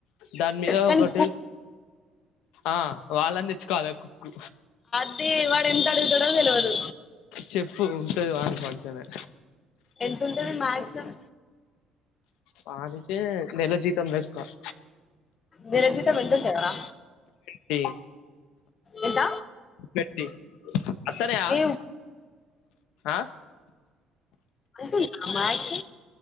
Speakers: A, on the left; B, on the left.
A: దాని మీద
B: కానీ
A: ఒకటి ఆ వాళ్ళని చ కాలకు కు
B: అదే వాడు ఎంత అడుగుతాడు తెలవదు
A: చెప్పు ఉంటది వానికి మంచిగానే
B: ఎంత ఉంటది మాక్సిమం
A: వానికే నెల నెల జీతం లే కా <inaudible>
B: వేరే జీతం ఎంత ఉంటదిరా
A: డి
B: ఎంత
A: ఏంటి వత్తనయ్యా
B: ఏం
A: హా ఆహా
B: అంటుందా మాక్స్